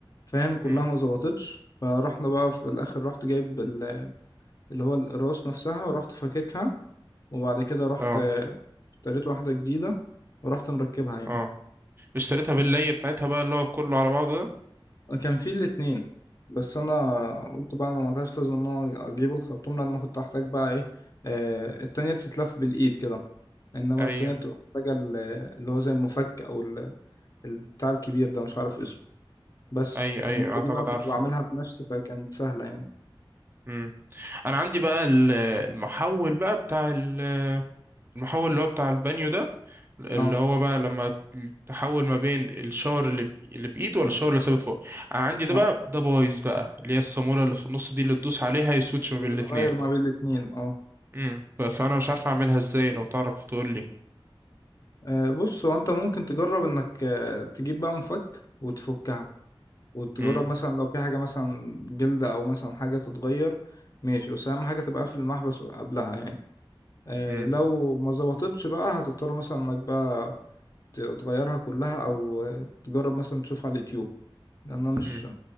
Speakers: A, on the left; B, on the right.
A: فاهم كلها
B: امم
A: ما ظبطتش فرحنا بقى في الاخر رحت جايب ال- اللي هو الراس نفسها ورحت فككها وبعد كده رحت
B: اه
A: اشتريت واحده جديده ورحت مركبها يعني
B: اه اشتريتها باللي بتاعتها بقى اللي هو كله على بعضه ده
A: كان في الاتنين بس انا قلت بقى انا ملهاش لازمه ان انا اجيب الخرطوم لان أنا كنت هحتاج بقى ايه آه التانية بتتلف بالايد كده انما
B: امم
A: التانية بتبقى محتاجه ال- اللي هو زي المفك او ال- البتاع الكبير ده مش عارف اسمه بس
B: اي اي
A: انما
B: اعتقد
A: دي بقى كنت
B: عارفه
A: بعملها بنفسي فكانت سهله يعني
B: امم انا عندي بقى ال- المحول بقى بتاع ال- المحول اللي هو بتاع البانيو ده اللي
A: اه
B: هو بقى لما تحول ما بين الشاور اللي ب- اللي بايد ولا الشاور اللي ثابت فوق انا عندي ده
A: اه
B: بقى ده بايظ بقى اللي هي الصامولة اللي في النص دي اللي تدوس عليها يسويتش ما
A: بتغير
B: بين الاتنين
A: ما بين الاتنين اه
B: امم ف- فانا مش عارف اعملها ازاي لو تعرف تقول لي
A: آه، بص هو انت ممكن تجرب انك آه، تجيب بقى مفك وتفكها وتجرب
B: امم
A: مثلا لو في حاجة مثلا جلدة أو مثلا حاجة تتغير ماشي بس أهم حاجة تبقى قافل المحبس قبلها يعني آه،
B: امم
A: لو ما ظبطتش بقى هتضطر مثلا إنك بقى ت- تغيرها كلها أو آه، تجرب مثلا تشوفها على اليوتيوب لأن أنا مش
B: امم